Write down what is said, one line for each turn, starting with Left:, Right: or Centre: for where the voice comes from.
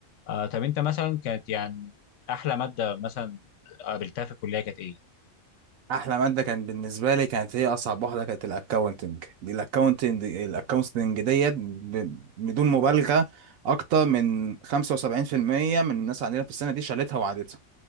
Left: آه طب انت مثلا كانت يعني احلى ماده مثلا قابلتها في الكليه كانت ايه؟
Right: احلى ماده كان بالنسبه لي كانت هي اصعب واحده كانت الاكاونتنج دي الاكاونتنج الاكاونتنج ديت ب- بدون مبالغه اكتر من 75% من الناس عندنا في السنه دي شالتها وعادتها